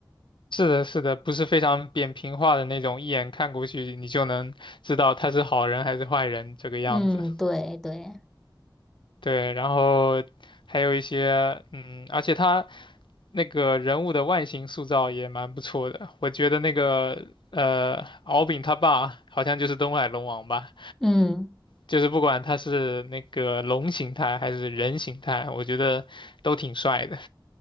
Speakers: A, on the left; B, in the centre.
A: 是的，是的，不是非常扁平化的那种，一眼看过去你就能知道他是好人还是坏人这个样子。
B: 嗯，对对，
A: 对，然后还有一些，嗯，而且他那个人物的外形塑造也蛮不错的。我觉得那个呃，敖丙他爸好像就是东海龙王吧，
B: 嗯。
A: 就是不管他是那个龙形态还是人形态，我觉得都挺帅的。